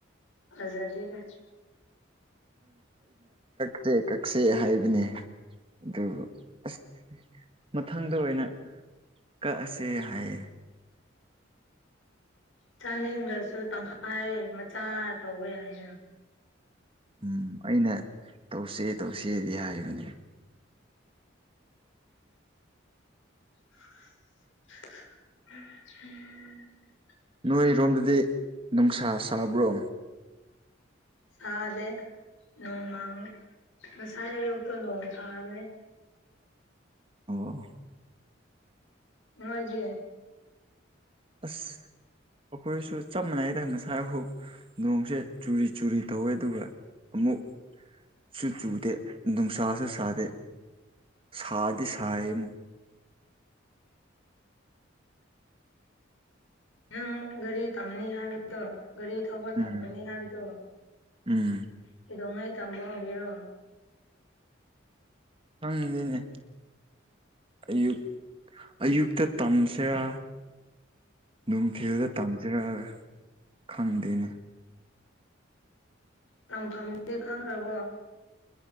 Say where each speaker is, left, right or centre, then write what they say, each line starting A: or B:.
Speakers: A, on the left; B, on the right.
A: ꯐꯖꯗꯦꯗ
B: ꯁꯦ ꯀꯛꯁꯦ ꯍꯥꯏꯕꯅꯦ ꯑꯗꯨ ꯑ꯭ꯁ ꯃꯊꯪꯗ ꯑꯣꯏꯅ ꯀꯛꯑꯁꯦ ꯍꯥꯏꯌꯦ
A: ꯆꯥꯅꯤꯡꯗ꯭ꯔꯁꯨ ꯇꯪꯈꯥꯏ ꯃꯆꯥ ꯇꯧꯕ ꯌꯥꯢꯅ
B: ꯎꯝ ꯑꯩꯅ ꯇꯧꯁꯦ ꯇꯧꯁꯦꯗꯤ ꯍꯥꯏꯕꯅꯤ
A: <inaudible>
B: ꯅꯣꯏꯔꯣꯝꯗꯗꯤ ꯅꯨꯡꯁꯥ ꯁꯥꯕ꯭ꯔꯣ
A: ꯁꯥꯗꯦ ꯅꯣꯡ ꯃꯥꯡꯉꯤ ꯉꯁꯥꯏ ꯑꯌꯨꯛꯇꯣ ꯅꯣꯡ ꯇꯥꯕꯅꯦ
B: ꯑꯣ
A: ꯅꯣꯏꯒꯤ
B: ꯑꯁ ꯑꯩꯈꯣꯏꯁꯨ ꯆꯞ ꯃꯥꯟꯅꯩꯗ ꯉꯁꯥꯏꯐꯨꯛ ꯅꯣꯡꯁꯦ ꯆꯨꯔꯤ ꯆꯨꯔꯤ ꯇꯧꯋꯦ ꯑꯗꯨꯒ ꯑꯃꯨꯛꯁꯨ ꯆꯨꯗꯦ ꯅꯨꯡꯁꯥꯁꯨ ꯁꯥꯗꯦ ꯁꯥꯗꯤ ꯁꯥꯏꯌꯦ ꯑꯃꯨꯛ
A: ꯅꯪ ꯒꯔꯤ ꯇꯝꯅꯤ ꯍꯤꯏꯕꯗꯣ ꯒꯥꯔꯤ ꯊꯧꯕ ꯇꯝꯒꯅꯤ
B: ꯎꯝ
A: ꯍꯥꯏꯕꯗꯣ
B: ꯎꯝ
A: ꯀꯩꯗꯧꯉꯩ ꯇꯝꯕ ꯍꯧꯒꯦꯔꯣ
B: ꯈꯪꯗꯦꯅꯦ ꯑꯌꯨꯛ ꯑꯌꯨꯛꯇ ꯇꯝꯁꯤꯔꯥ ꯅꯨꯡꯊꯤꯜꯗ ꯇꯝꯁꯤꯔꯥ ꯈꯪꯗꯦꯅꯦ
A: ꯇꯝꯐꯝꯗꯤ ꯈꯪꯈ꯭ꯔꯕꯣ